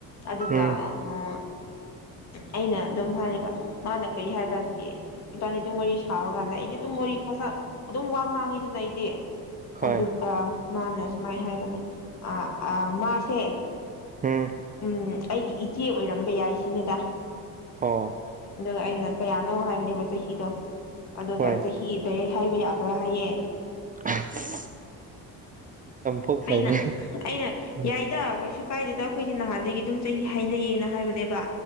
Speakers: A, on the left; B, on the right.
A: ꯑꯗꯨꯒ
B: ꯎꯝ
A: ꯑꯥ
B: <inaudible>
A: ꯑꯩꯅ ꯑꯗꯨꯝ ꯍꯥꯏꯔꯒ ꯃꯥꯅ ꯀꯔꯤ ꯍꯥꯏꯕ꯭ꯔꯥꯗꯒꯤ ꯏꯕꯥꯅꯤ ꯑꯗꯨꯝ ꯋꯥꯔꯤ ꯁꯥꯕꯀꯥꯟꯗ ꯑꯩꯗꯤ ꯑꯗꯨꯝ ꯋꯥꯔꯤ ꯄꯣꯡꯁꯥꯠ ꯑꯗꯨꯝ ꯋꯥ ꯉꯥꯡꯉꯤꯗꯅ ꯑꯩꯗꯤ
B: ꯍꯣꯏ
A: ꯑꯗꯨꯒ ꯃꯥꯅ ꯁꯨꯃꯥꯏ ꯍꯥꯏꯕꯅꯦ ꯑ ꯃꯥꯁꯦ
B: ꯎꯝ
A: ꯎꯝ ꯑꯩꯒꯤ ꯏꯆꯦ ꯑꯣꯏꯔꯝꯕ ꯌꯥꯏ ꯁꯤꯅꯤꯗ
B: ꯑꯣ
A: ꯑꯗꯨꯒ ꯑꯩꯅ ꯀꯌꯥꯅꯣ ꯍꯥꯏꯕꯅꯦꯕ ꯆꯍꯤꯗꯣ ꯑꯗꯨꯒ
B: ꯍꯣꯏ
A: ꯆꯍꯤ ꯗꯥꯏꯔꯦꯛ ꯍꯥꯏꯕ ꯌꯥꯕ꯭ꯔꯥ ꯍꯥꯏꯌꯦ
B: ꯑ <unintelligible> ꯐꯥꯎꯁꯥꯏꯅꯦ
A: ꯑꯩꯅ ꯑꯩꯅ
B: ꯎꯝ
A: ꯌꯥꯏꯗ ꯀꯩꯁꯨ ꯀꯥꯏꯗ‌ꯦꯗ ꯑꯩꯈꯣꯏꯁ ꯅꯍꯥꯟꯗꯒꯤ ꯑꯗꯨꯝ ꯆꯍꯤ ꯍꯥꯏꯅꯩꯌꯦꯅ ꯍꯥꯏꯕꯅꯦꯕ